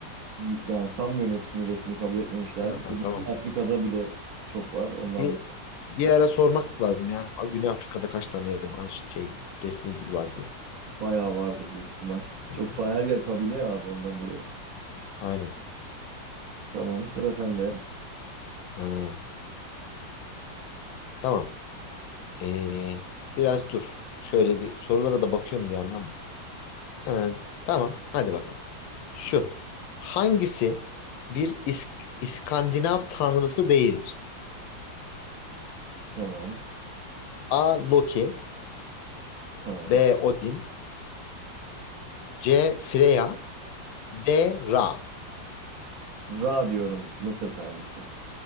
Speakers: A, on the right; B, on the left.
A: Y- Yani sanmıyorum hepsini resmi kabul etmemişlerdir.
B: Ha. Ha,
A: Bütün
B: tamam.
A: Afrika'da bile çok var. Ondan
B: Bir,
A: dolayı.
B: bir ara sormak lazım ya. Güney Afrika'da kaç tane yabancı şey resmi dil var diye.
A: Bayağı vardır büyük ihtimal.
B: Hı
A: Çok
B: hı.
A: fa- her yer kabile ya abi ondan dolayı.
B: Aynen.
A: Tamam sıra sende.
B: Ha, tamam. Ee, biraz dur. Şöyle bir sorulara da bakıyorum bir yandan da. Ha, t- tamam. Hadi bakalım. Şu. Hangisi bir İsk- İskandinav tanrısı değildir?
A: Tamam.
B: A. Loki
A: Tamam.
B: B. Odin C. Freya D. Ra.
A: Ra diyorum Mısır tanrısı.